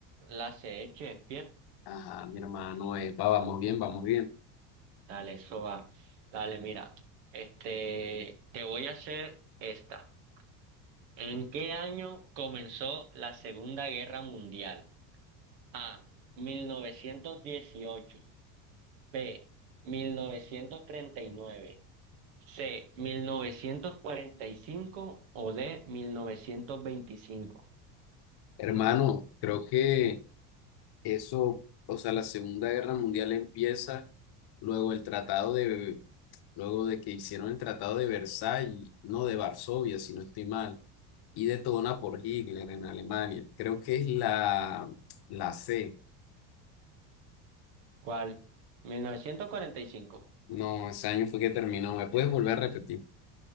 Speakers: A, on the right (about 65°); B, on the left (about 55°).
A: La CH, Shakespeare.
B: Ajá, mi hermano, epa, vamos bien, vamos bien.
A: Dale, eso va. Dale, mira. Este, te voy a hacer esta. ¿En qué año comenzó la Segunda Guerra Mundial? A. 1918. B. 1939. C. 1945 o D. 1925.
B: Hermano, creo que Eso, o sea, la Segunda Guerra Mundial empieza luego el tratado de, luego de que hicieron el tratado de Versalles, no de Varsovia, si no estoy mal, y detona por Hitler en Alemania. Creo que es la, la C.
A: ¿Cuál? 1945.
B: No, ese año fue que terminó. ¿Me puedes volver a repetir?